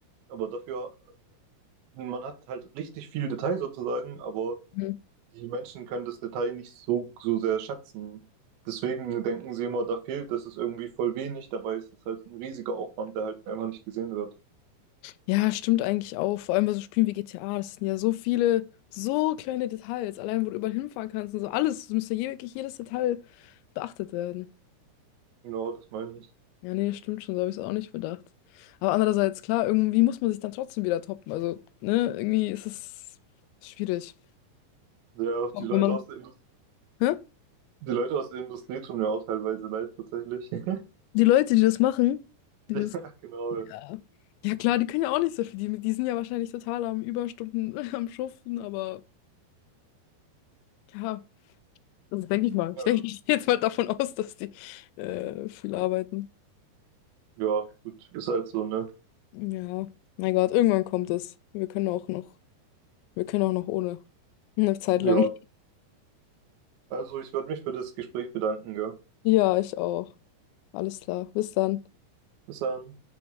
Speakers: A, on the right; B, on the left.
A: aber dafür, man hat halt richtig viel Detail sozusagen, aber
B: Mhm.
A: die Menschen können das Detail nicht so, so sehr schätzen. Deswegen denken sie immer, da fehlt, das ist irgendwie voll wenig, dabei ist es halt ein riesiger Aufwand, der halt einfach nicht gesehen wird.
B: Ja, stimmt eigentlich auch. Vor allem bei so Spielen wie GTA, das sind ja so viele, so kleine Details. Allein, wo du überall hinfahren kannst und so alles, es müsste je, wirklich jedes Detail beachtet werden.
A: Genau, das meine ich.
B: Ja, nee, stimmt schon, so habe ich es auch nicht bedacht. Aber andererseits, klar, irgendwie muss man sich dann trotzdem wieder toppen. Also, ne, irgendwie ist es schwierig.
A: Ja, die
B: Auch
A: Leute
B: wenn man.
A: aus der Industrie,
B: Hä?
A: die Leute aus der Industrie tun mir auch teilweise leid, tatsächlich. <laughs>
B: Die Leute, die das machen, die
A: Ja,
B: das.
A: genau.
B: Ja. Ja, klar, die können ja auch nicht so viel. Die, die sind ja wahrscheinlich total am Überstunden <laughs> am Schuften, aber ja, das denke ich mal.
A: Ja,
B: Ich denke, ich gehe jetzt mal davon aus, dass die äh, viel arbeiten.
A: ja gut, ist halt so, ne?
B: Ja, mein Gott, irgendwann kommt es. Wir können auch noch, wir können auch noch ohne. Eine Zeit lang.
A: Ja. Also, ich würde mich für das Gespräch bedanken, gell?
B: Ja, ich auch. Alles klar. Bis dann.
A: Bis dann.